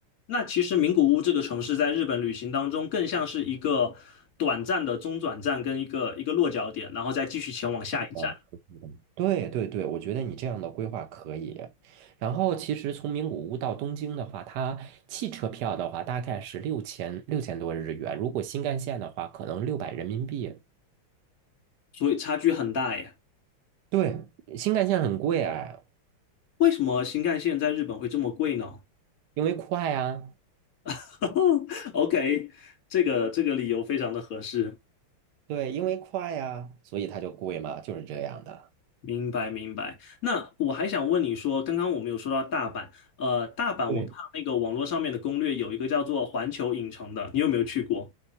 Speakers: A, on the left; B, on the right.
A: 那其实名古屋这个城市在日本旅行当中，更像是一个短暂的中转站跟一个一个落脚点，然后再继续前往下一站，
B: 啊，对对对，我觉得你这样的规划可以。然后其实从名古屋到东京的话，它汽车票的话大概是六千六千多日元，如果新干线的话，可能六百人民币。
A: 所以差距很大耶。
B: 对，新干线很贵哎，
A: 为什么新干线在日本会这么贵呢
B: 因为快啊，
A: <laughs>？OK，这个这个理由非常的合适，
B: 对，因为快啊，所以它就贵嘛，就是这样的。
A: 明白明白。那我还想问你说，刚刚我们有说到大阪，呃，大阪我看那个网络上面的攻略有一个叫做环球影城的，
B: 对，
A: 你有没有去过？